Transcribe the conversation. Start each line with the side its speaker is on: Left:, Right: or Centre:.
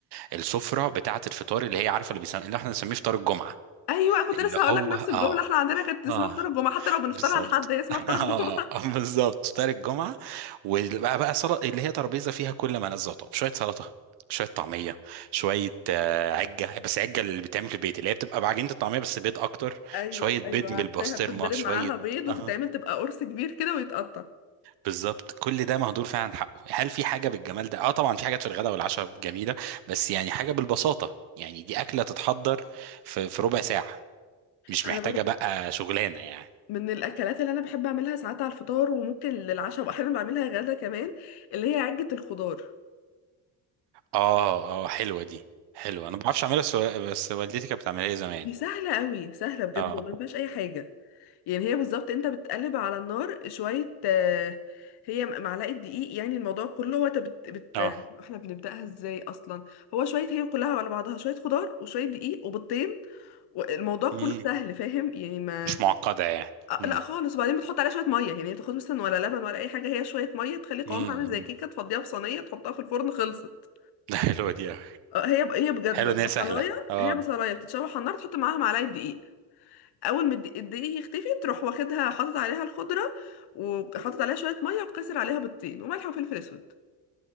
Right: السفره بتاعه الفطار اللي هي عارفه اللي بيسمي اللي احنا بنسميه فطار الجمعه
Left: أيوة كنت
Right: اللي
Left: لسه هقول
Right: هو
Left: لك نفس
Right: اه
Left: الجملة احنا عندنا كانت اسمها
Right: اه
Left: فطار الجمعة حتى لو بنفطرها
Right: بالظبط
Left: لحد هي اسمها
Right: <laughs>
Left: فطار
Right: اه
Left: الجمعة <laughs>
Right: بالظبط فطار الجمعة وبقى بقى سلطة اللي هي ترابيزة فيها كل ما لذ وطاب شوية سلطة شوية طعمية شوية آه، عجة بس عجة اللي بتعمل في البيت اللي هي بتبقى بعجينة الطعمية بس بيض أكتر
Left: أيوة
Right: شوية بيض
Left: أيوة
Right: بالبسطرمة
Left: عارفاها بتتضرب
Right: شوية
Left: معاها بيض وتتعمل
Right: اه
Left: تبقى قرص كبير كده ويتقطع
Right: بالظبط كل ده مهدور فعلا حقه هل في حاجة بالجمال ده؟ اه طبعا في حاجات في الغداء والعشاء جميلة بس يعني حاجة بالبساطة يعني دي أكلة تتحضر في في ربع ساعة مش
Left: انا
Right: محتاجة
Left: برضو
Right: بقى شغلانة يعني
Left: من الاكلات اللي انا بحب اعملها ساعات على الفطار وممكن للعشاء واحيانا بعملها غدا كمان اللي هي عجة الخضار
Right: اه اه حلوة دي حلوة انا ما بعرفش اعملها بس بس والدتي كانت بتعملها لي زمان
Left: دي سهلة قوي سهلة بجد
Right: اه
Left: والله ما فيهاش اي حاجة يعني هي بالظبط انت بتقلب على النار شوية آه، هي معلقة دقيق يعني الموضوع كله هو انت بت... بت...
Right: اه
Left: احنا بنبدأها ازاي اصلا هو شوية هي كلها على بعضها شوية خضار وشوية دقيق وبيضتين والموضوع
Right: امم
Left: كله سهل فاهم يعني ما
Right: مش معقدة يعني
Left: آه،
Right: امم
Left: لا خالص وبعدين بتحط عليها شويه ميه يعني ما بتاخدش مثلا ولا لبن ولا اي حاجه هي شويه ميه تخلي قوامها
Right: امم
Left: عامل زي كيكه تفضيها في صينيه تحطها في الفرن خلصت
Right: <laughs> ده حلوة دي أوي
Left: آه، هي هي بجد
Right: حلوة
Left: بصلايه
Right: ان هي سهلة اه
Left: هي بصلايه بتتشوح على النار تحط معاها معلقه دقيق اول ما الدقيق الدقيق يختفي تروح واخدها حاطط عليها الخضره وحاطط عليها شويه ميه وكسر عليها بيضتين وملح وفلفل اسود